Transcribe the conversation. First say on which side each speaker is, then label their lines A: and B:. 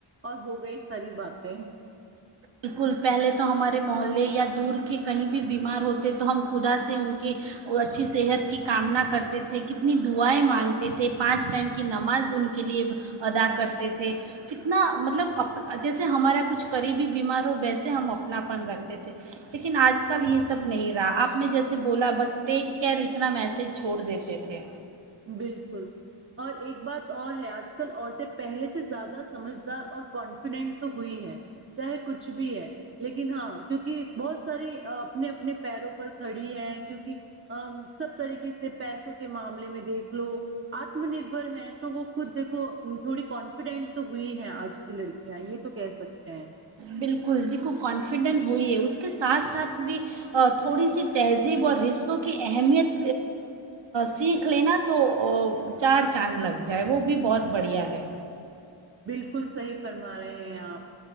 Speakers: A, on the right; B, on the right.
A: اور ہو گئی ساری باتیں
B: بالکل پہلے تو ہمارے محلے یا دور کے کہیں بھی بیمار ہوتے تو ہم خدا سے ان کی اچھی صحت کی کامنا کرتے تھے کتنی دعائیں مانگتے تھے پانچ ٹائم کی نماز ان کے لیے ادا کرتے تھے کتنا مطلب اپ جیسے ہمارا کچھ قریبی بیمار ہو ویسے ہم اپناپن رکھتے تھے لیکن آج کل یہ سب نہیں رہا آپ نے جیسے بولا بس ٹیک کیئر اتنا میسج چھوڑ دیتے تھے
A: بالکل اور ایک بات اور ہے آج کل عورتیں پہلے سے زیادہ سمجھدار اور کانفیڈنٹ تو ہوئی ہے چاہے کچھ بھی ہے لیکن ہاں کیونکہ بہت ساری اپنے اپنے پیروں پر کھڑی ہے کیوںک ا سب طریقے سے پیسوں کے معاملے میں دیکھ لو آتم نربھر ہے تو وہ خود دیکھو تھوڑی کانفیڈینٹ تو ہوئی ہے آج کی لڑکیاں یہ تو کہہ سکتے ہیں
B: بالکل دیکھو کانفیڈنٹ ہوئی ہے اس کے ساتھ ساتھ بھی تھوڑی سی تہذیب اور رستوں کی اہمیت سیکھ لینا تو چار چاند لگ جائے وہ بھی بہت بڑھیا ہے
A: بالکل صحیح فرما رہے ہیں آپ